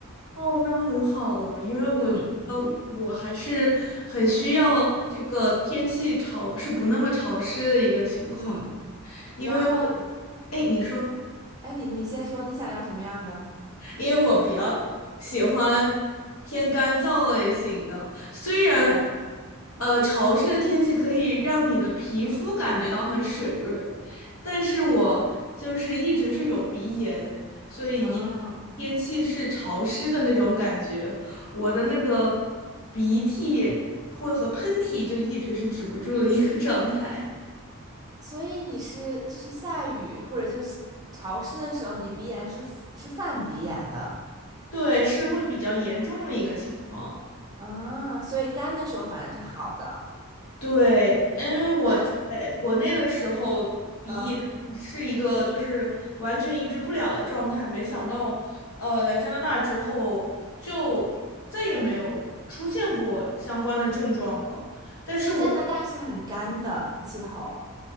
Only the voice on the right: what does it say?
嗯嗯，
然后
哎，你你先说你想要什么样的？
对，
嗯，
所以你是就是下雨或者就是潮湿的时候，你鼻炎是是犯鼻炎的。
啊，所以干的时候反而是好的。
那
嗯，
所以加拿大是很干的气候。